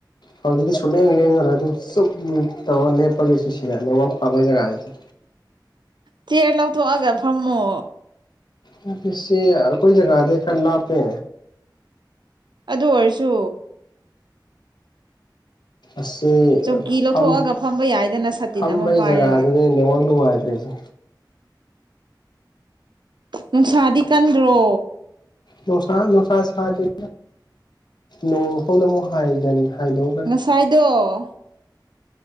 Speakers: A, on the left (about 65°); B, on the right (about 70°).
A: ꯍꯧꯖꯤꯛꯇꯤ ꯁꯨꯛꯂꯦꯟ ꯂꯦꯡꯉꯔꯣꯏ ꯑꯗꯨꯝ ꯆꯨꯞ ꯂꯨꯞ ꯇꯧꯔ ꯂꯦꯞꯄꯒꯦꯁꯦ ꯁꯤꯗ ꯅꯦꯠꯋ꯭ꯔꯥꯛ ꯐꯕ ꯖꯥꯒꯥꯖꯤꯗ
B: ꯆꯦꯔ ꯂꯧꯊꯣꯛꯑꯒ ꯐꯝꯃꯣ
A: ꯑꯣꯐꯤꯁꯁꯤ ꯑꯩꯈꯣꯏ ꯖꯥꯒꯥꯗꯩ ꯈꯔ ꯂꯥꯞꯄꯦ
B: ꯑꯗꯨ ꯑꯣꯏꯔꯁꯨ
A: ꯑꯁꯤ
B: ꯆꯧꯀꯤ ꯂꯧꯊꯣꯛꯑꯒ
A: ꯐꯝ
B: ꯐꯝꯕ ꯌꯥꯏꯗꯅ ꯁꯥꯇꯤꯟ
A: ꯐꯝꯕꯩ
B: ꯑꯃ ꯄꯥꯏꯔꯒ
A: ꯖꯒꯥꯗꯨꯅꯦ
B: ꯎ
A: ꯅꯦꯠꯋꯥꯛ ꯅꯨꯡꯉꯥꯏꯇ꯭ꯔꯤꯁꯦ
B: ꯅꯨꯡꯁꯥꯗꯤ ꯀꯟꯗ꯭ꯔꯣ
A: ꯅꯣꯁꯥ ꯅꯣꯁꯥ ꯁꯥꯗꯦ ꯅꯣꯡ ꯐꯥꯎꯅ ꯑꯃꯨꯛ ꯍꯥꯏꯒꯟ ꯍꯥꯏꯗꯣꯛꯈ꯭ꯔꯦ
B: ꯍꯥꯏꯗꯣ